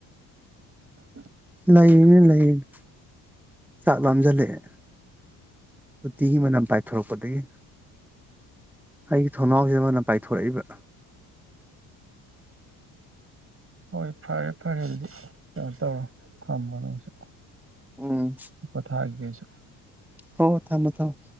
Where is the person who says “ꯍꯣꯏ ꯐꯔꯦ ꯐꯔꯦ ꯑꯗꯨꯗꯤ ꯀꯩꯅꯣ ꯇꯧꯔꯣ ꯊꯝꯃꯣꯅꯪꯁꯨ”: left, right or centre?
Right